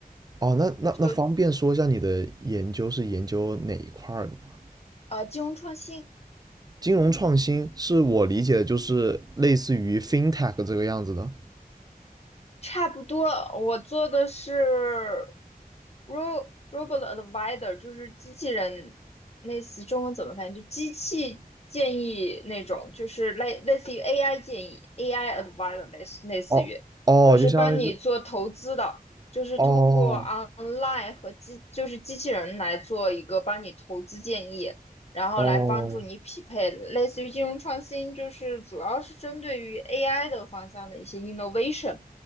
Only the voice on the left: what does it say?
就呃，金融创新，
差不多，我做的是 ro robot advisor，就是机器人，类似中文怎么翻译？就机器建议那种，就是类类似于 AI 建议，AI advisor 类似类似于，
就是帮你做投资的，
就是通过
online 和机就是机器人来做一个帮你投资建议，然后来帮助你匹配，
类似于金融创新，就是主要是针对于 AI 的方向的一些 innovation。